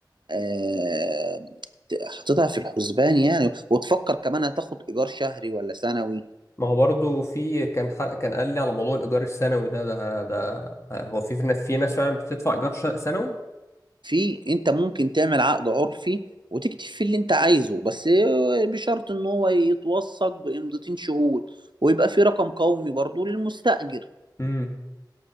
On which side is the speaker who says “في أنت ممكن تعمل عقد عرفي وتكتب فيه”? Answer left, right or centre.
Right